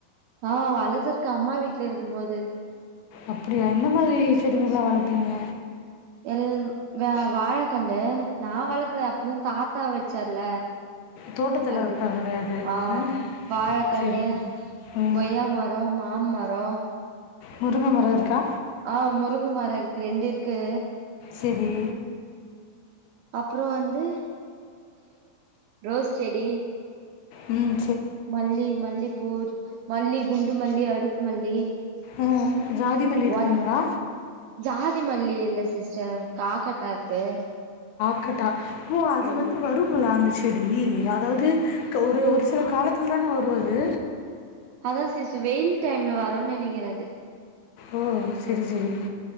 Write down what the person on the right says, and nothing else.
ஆஹ் வளது இருக்கு அம்மா வீட்ல இருக்கும் போது
எல் வ வாழக்கண்ணு நா வளர்க்கல அப்பும் தாத்தா வச்சர்ல
அது
ஆஹ்
வாழைக்கண்ணு
கொய்யா மரம் மாமரம்
ஆஹ் முருங்க மரம் இருக்கு ரெண்டு இருக்கு
அப்புறம் வந்து ரோஸ் செடி
மல்லி மல்லிப்பூர் மல்லி குண்டு மல்லி அடுக்கு மல்லி
ஒ ஜாதி மல்லி இல்ல சிஸ்டர் காக்கட்டா இருக்கு
ம்
அதான் சிசு வெயில் டைம்ல வரோன்னனு நினைக்கிறது